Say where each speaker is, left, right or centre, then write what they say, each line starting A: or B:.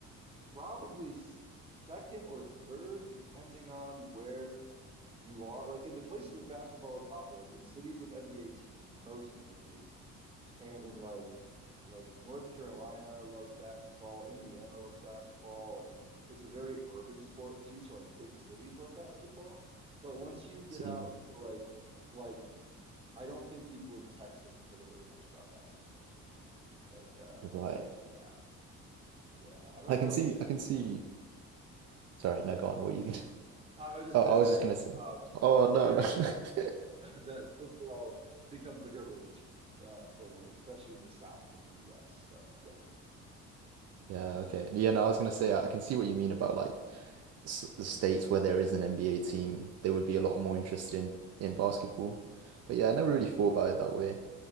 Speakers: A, on the right; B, on the right.
A: probably second or third, depending on where you are. Like in the places where basketball is popular, like in cities with NBA teams, most cities with NBA teams, and in like like North Carolina loves basketball, Indiana loves basketball. Like it's a very urban sport too, so like big cities love basketball. But once you get
B: See,
A: out into like like I don't think people in Texas care very much about basketball, for example. Like uh
B: you're right.
A: yeah. Yeah, I don't
B: I
A: know.
B: can see,
A: It's just
B: I can see. Sorry,
A: no,
B: no,
A: go ahead,
B: go on.
A: sorry.
B: What are you gonna? <laughs>
A: I was just
B: Oh,
A: gonna
B: I
A: say,
B: was just gonna say.
A: um,
B: Oh no,
A: yeah,
B: no. <laughs>
A: that <laughs> that football becomes like a religion uh, for like especially in the south of the U.S. So yeah.
B: Yeah, okay. Yeah, no, I was gonna say I can see what you mean about like s the states where there is an NBA team, they would be a lot more interested in in basketball. But yeah, I never really thought about it that way.